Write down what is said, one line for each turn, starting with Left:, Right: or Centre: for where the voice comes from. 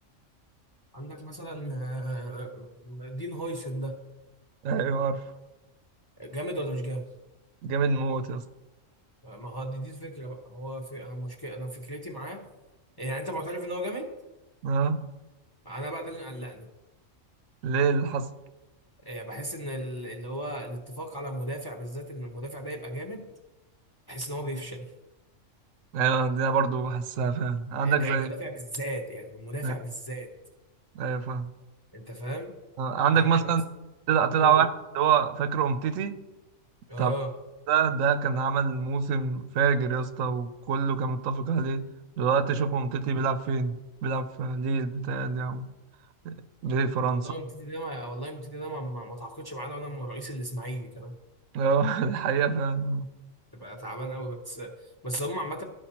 Left: عندك مثلا آه، دين هويسن ده
Right: ايوه عارف
Left: جامد ولا مش جامد؟
Right: جامد موت يا اسطى
Left: آه، ما هو دي دي الفكره بقى هو في انا مشكله انا فكرتي معاه يعني انت معترف ان هو جامد؟
Right: اه
Left: انا بقى ده اللي قلقني
Right: ليه اللي حصل
Left: آه، بحس ان ال- اللي هو الاتفاق على مدافع بالذات ان المدافع ده يبقى جامد بحس ان هو بيفشل
Right: ايوه ده برضو بحسها فعلا عندك
Left: آه، كمدافع
Right: زي
Left: بالذات يعني المدافع
Right: <laughs>
Left: بالذات
Right: ايوه فاهم
Left: انت فاهم؟
Right: آه، عندك
Left: عندك
Right: مثلا
Left: مثلا
Right: طلع طلع
Left: قول
Right: واحد اللي هو فاكر امتيتي
Left: اه
Right: طب ده ده كان عمل موسم فاجر يا اسطى وكله كان متفق عليه دلوقتي شوف امتيتي بيلعب فين بيلعب في ليل بتاعي او ليل فرنسا
Left: والله متيتي ده ما والله متيتي ده ما, ما, ما تعاقدش معانا وانا من رئيس الاسماعيلي كمان
Right: ايوه <laughs> دي حقيقة فعلا
Left: تبقى تعبان قوي بس بس هم عامة